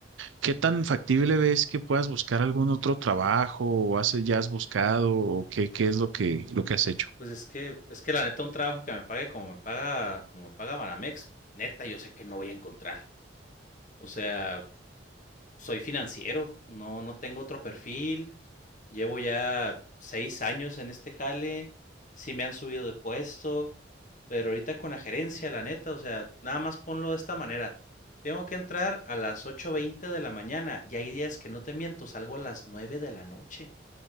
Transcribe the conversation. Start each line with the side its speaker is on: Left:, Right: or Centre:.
Right: ¿Qué tan factible ves que puedas buscar algún otro trabajo o has, ya has buscado o qué, qué es lo que, lo que has hecho?
Left: Pues es que, es que la neta, un trabajo que me pague como me paga, como me paga Banamex, neta, yo sé que no voy a encontrar. O sea, soy financiero, no, no tengo otro perfil. Llevo ya seis años en este jale. Sí me han subido de puesto. Pero ahorita con la gerencia, la neta, o sea, nada más ponlo de esta manera. Tengo que entrar a las ocho veinte de la mañana y hay días que no te miento, salgo a las 9 de la noche